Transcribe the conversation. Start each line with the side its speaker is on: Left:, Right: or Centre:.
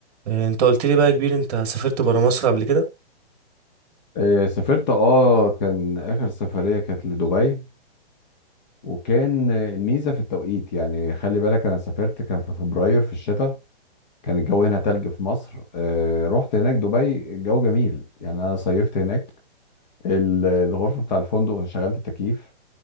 Right: إيه، انت قلت لي بقى يا كبير انت سافرت برا مصر قبل كده
Left: آه، سافرت اه كان اخر سفرية كانت لدبي وكان آه، الميزة في التوقيت يعني خلي بالك انا سافرت كان في فبراير في الشتاء كان الجو هنا تلج في مصر آه، رحت هناك دبي الجو جميل يعني انا صيفت هناك ال- الغرفة بتاع الفندق شغلت التكييف